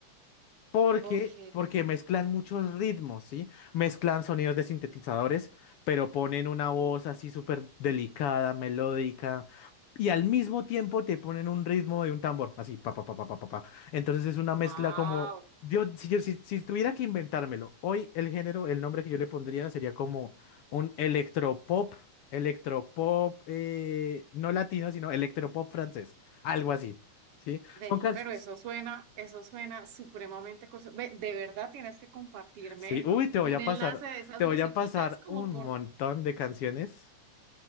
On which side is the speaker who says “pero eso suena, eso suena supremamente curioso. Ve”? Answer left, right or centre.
Right